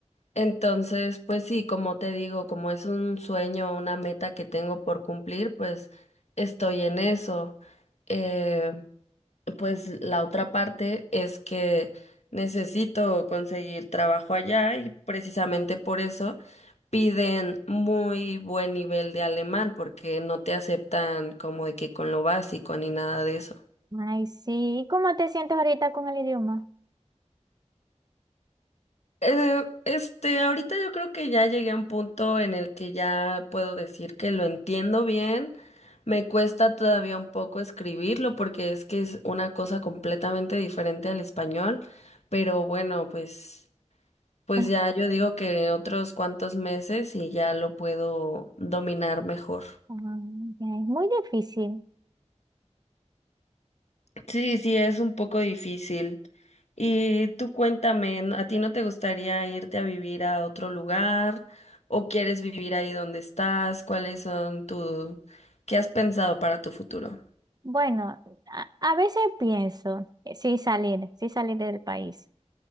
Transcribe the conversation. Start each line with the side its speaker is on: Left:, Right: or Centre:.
Left: Entonces, pues sí, como te digo, como es un sueño, una meta que tengo por cumplir, pues estoy en eso. Eh, pues la otra parte es que necesito conseguir trabajo allá y precisamente por eso piden muy buen nivel de alemán porque no te aceptan como de que con lo básico ni nada de eso.
Right: Ay, sí, ¿y cómo te sientes ahorita con el idioma?
Left: Eh, este, ahorita yo creo que ya llegué a un punto en el que ya puedo decir que lo entiendo bien. Me cuesta todavía un poco escribirlo porque es que es una cosa completamente diferente al español, pero bueno, pues, pues
Right: Es,
Left: ya yo digo que otros cuantos meses y ya lo puedo dominar mejor.
Right: mm, ya, es muy difícil.
Left: Sí, sí, es un poco difícil. Y tú cuéntame, ¿no- ¿a ti no te gustaría irte a vivir a otro lugar o quieres vivir ahí donde estás? ¿Cuáles son tu, ¿Qué has pensado para tu futuro?
Right: Bueno, a, a veces pienso, eh, sí salir, sí salir del país.